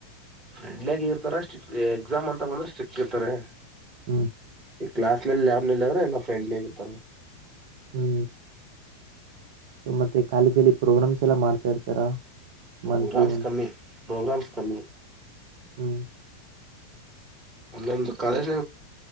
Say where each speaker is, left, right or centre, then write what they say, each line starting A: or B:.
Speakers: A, on the right; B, on the right.
A: ಫ್ರೆಂಡ್ಲಿ ಆಗಿ ಇರ್ತಾರ ಸ್ಟಿ ಎಕ್ಸಾಮ್ ಅಂತ ಬಂದ್ರೆ ಸ್ಟ್ರಿಕ್ ಇರ್ತಾರೆ
B: ಹೂ
A: ಈ ಕ್ಲಾಸ್ ನಲ್ಲಿ ಲ್ಯಬ್ನಲ್ಲಿ ಆದ್ರೆ ಎಲ್ಲ ಫ್ರೆಂಡ್ಲಿ ಆಗಿರ್ತರು
B: ಹೂ ಮತ್ತೆ ಕಾಲೇಜ ಅಲ್ಲಿ ಪ್ರೋಗ್ರಾಮ್ಸ್ ಎಲ್ಲ ಮಾಡ್ತಾ ಇರ್ತಾರ
A: ಪ್ರೋಗ್ರಾಮಸ್
B: ಮಂತ್ಲಿ ಒನ್
A: ಕಮ್ಮಿ ಪ್ರೋಗ್ರಾಮಸ್ ಕಮ್ಮ
B: ಹೂ
A: ಒೊಂದು ಕಾಲೇಜ್